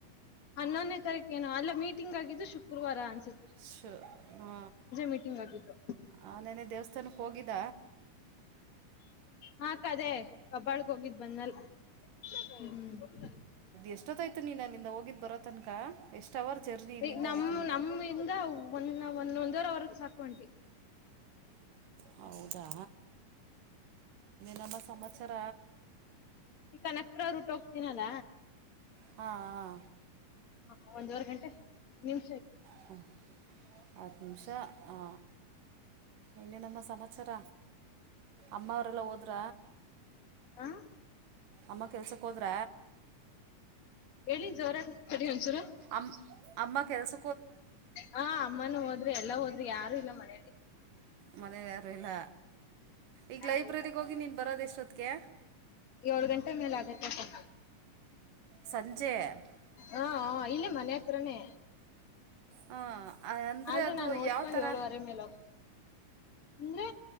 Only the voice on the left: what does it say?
ಹನ್ನೊಂದನೇ ತಾರೀಕೇನು ಅಲ್ಲ ಮೀಟಿಂಗ್ ಆಗಿದ್ದು ಶುಕ್ರವಾರ ಅ
ಮೀಟಿಂಗ್ ಆಗಿದ್ದು
ಹಾಕ್ದೇ ಕಬಾಳಗ್ ಹೋಗಿದ್ ಬಂದಲ್ಲ ಹ್ಮ.
ಈ ನಮ್ಮ
ನಮ್ಮಿಂದ ಒಂದ ಒಂದೊಂದುವರವರೆ ಸಾಕ. ತೊಂಟಿ <unintelligible>
ಈ ಕನಕ್ಪುರ ರೂಟ್ ಹೋಗ್ತೀನಲ್ಲ
ಹ ಒಂದುವರೆ ಗಂಟೆ ನಿಮ್
ಹಾ
ಹೇಳಿ ಜೋರತರಿ ಒಂದ್ಸೂರು
ಹಾ ಅಮ್ಮನ ಹೋದ್ರಿ ಎಲ್ಲಾ ಹೋದ್ರಿ ಯಾರು ಇಲ್ಲ ಮನೇಲಿ
ಯಾರು
ಇಲ್ಲ
ಏಳ್ ಗಂಟೆ ಮೇಲೆ ಆಗತ್ ಸ
ಹಾ ಇಲ್ಲಿ ಮನೆ ಹತ್ರನೇ
ಆದ್ರೂ
ನಾನು ಓದ್ಕೊಂಡ್
ಏಳುವರೆ ಮೇಲೆ ಹೋಗ್ತೇನೆ ಅಂದ್ರೆ